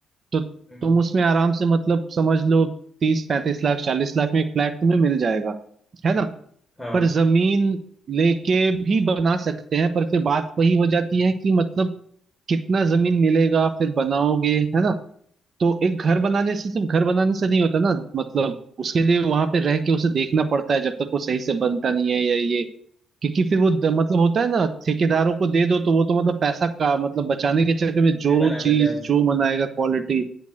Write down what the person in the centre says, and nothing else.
हम्म,
हाँ
कुछ भी
बना
देता है वो